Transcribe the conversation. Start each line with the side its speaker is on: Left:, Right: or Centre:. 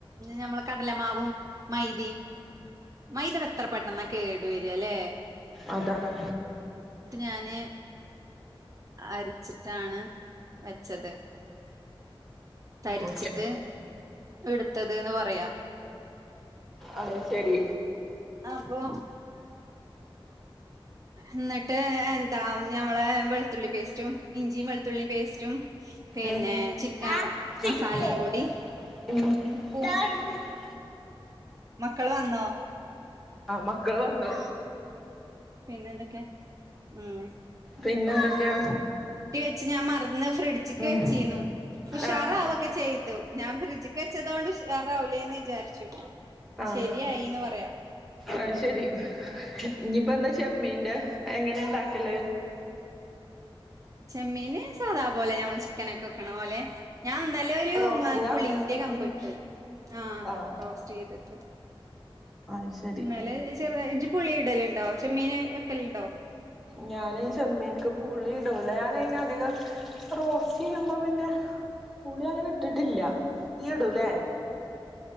Right: ഞമ്മളെ കടലമാവും മൈതീം മൈദ പ്പോ എത്ര പെട്ടെന്നാ കേടുവരല്ലേ
Centre: അതാണ്
Right: ഞാന് അരിച്ചിട്ടാണ് വച്ചത് തരിച്ചിട്ട്
Centre: ഓക്കെ
Right: എടുത്തത്ന്ന് പറയാ
Centre: അ ശരി
Right: ആപ്പോ എന്നിട്ട് എന്താ ഞമ്മളെ വെളുത്തുള്ളി പേസ്റ്റും ഇഞ്ചിയും വെളുത്തുള്ളി പേസ്റ്റും പിന്നെ
Centre: ഏഹ്
Right: ചി
Centre: ഞാൻ
Right: ക്യാം
Centre: ചിരിക്കും
Right: മസാലയും കൂടി
Centre: ഉം
Right: ഉപ്പും
Centre: ആഹ്
Right: മക്കള് വന്നോ
Centre: ആഹ മക്കള് വന്തോ
Right: പിന്നെ എന്തൊക്കെ ഉം
Centre: പിന്നെ എന്തൊക്കെയാ
Right: ഇച്ച് ഞാൻ മറ അന്ന് ഫ്രിഡ്ജിക്ക്
Centre: ഉം
Right: വെച്ചീു ഉഷാറാവൊക്കെ
Centre: ആഹ്
Right: ചെയ്തു ഞാൻ ഫ്രിഡ്ജ് വെച്ചത് കൊണ്ട് കാറാവൂലേന്ന് വിചാരിച്ചു
Centre: ആഹ
Right: ശരിയായിന്ന് പറയാ
Centre: ആ ശരി ഇനിയിപ്പ എന്താ ചെമ്മീണ്ട്
Right: ഉം
Centre: എങ്ങനെ ഉണ്ടാക്കല്ലേ
Right: ചെമ്മീന് സാധാ പോലെ ഞമ്മൾ ചിക്കന ഒക്കെ വെക്കണ പോലെ ഞാൻ നല്ലൊരു
Centre: റോസിങ്ങാ
Right: പുളിന്റെ കമ്പ്
Centre: ഉം
Right: ഇട്ടു ആ
Centre: ആഹ്
Right: റോസ്റ്റ് ചെയ്തിട്ട്
Centre: അത് ശരി
Right: ഇന്നലെ ചെറുതായിജ്ജ് പുളി ഇടല ഉണ്ടാവോ ചെമ്മീൻ വെക്കല്ലുണ്ടാവോ
Centre: ഞൻ ചെമ്മീനിക്ക് പുളി ഇടൂല ഞൻ അധികം റോസ്റ്റ് ചെയ്യുമ്പോ പിന്നെ പുളി അങ്ങനെ ഇട്ടിട്ടില്ല ഇഞ്ടുലെ ആ